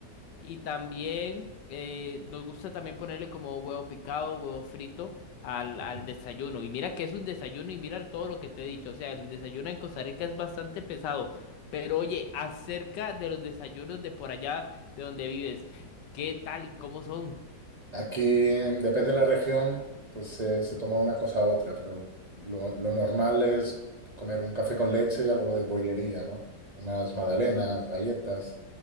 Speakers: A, on the left (about 80°); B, on the right (about 50°).
A: Y también eh, nos gusta también ponerle como huevo picado, huevo frito al,
B: ujú.
A: al desayuno. Y mira que es un desayuno y mira todo lo que te he dicho. O sea, el desayuno en Costa Rica es bastante pesado. Pero oye, acerca de los desayunos de por allá de donde vives, ¿qué tal? ¿Cómo son?
B: Aquí, depende de la región, pues se se toma una cosa u otra, pero lo, lo normal es comer un café con leche y algo de bollería, ¿no? Unas magdalenas, galletas,